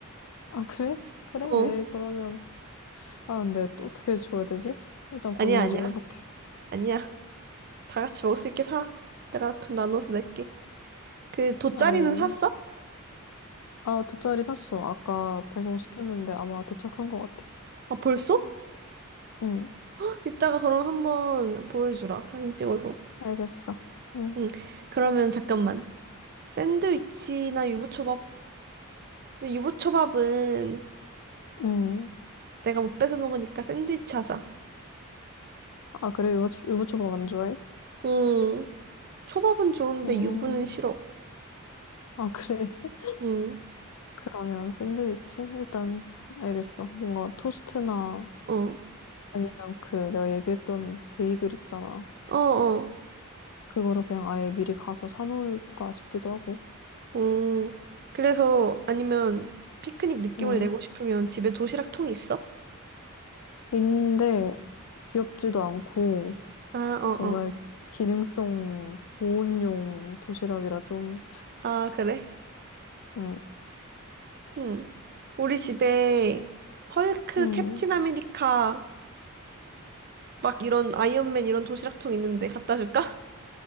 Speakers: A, on the left; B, on the right.
A: 아 그래? 그래?
B: 어.
A: 내일 그러면 아 근데 또 어떻게 줘야 되지? 일단 고민을
B: 아니야, 아니야,
A: 좀 해볼게.
B: 아니야. 다 같이 먹을 수 있게 사. 내가 돈 나눠서 낼게. 그 돗자리는
A: 아이
B: 샀어?
A: 아 돗자리 샀어. 아까 배송 시켰는데 아마 도착한 것 같아.
B: 아, 벌써?
A: 응.
B: 헉, 이따가 그럼 한번 보여주라. 사진 찍어서.
A: 알겠어. 응,
B: 응. 그러면 잠깐만. 샌드위치나 유부초밥. 근데 유부초밥은
A: 응.
B: 내가 못 뺏어 먹으니까 샌드위치 하자.
A: 아, 그래, 유부, 유부초밥 안 좋아해?
B: 응. 초밥은 좋은데
A: 음,
B: 유부는 싫어.
A: 아, 그래. <laughs>
B: 응.
A: 그러면 샌드위치? 일단, 알겠어. 뭔가 토스트나
B: 어.
A: 아니면 그 내가 얘기했던 베이글 있잖아.
B: 어, 어.
A: 그거를 그냥 아예 미리 가서 사놓을까 싶기도 하고.
B: 응. 그래서 아니면 피크닉 느낌을
A: 음,
B: 내고 싶으면 집에 도시락 통이 있어?
A: 있는데 귀엽지도 않고
B: 아, 어,
A: 정말
B: 어.
A: 기능성 보온용 도시락이라 좀,
B: 아, 그래?
A: 음,
B: 응. 우리 집에 헐크,
A: 음,
B: 캡틴 아메리카 막 이런 아이언맨 이런 도시락통 있는데 갖다 줄까? <laughs>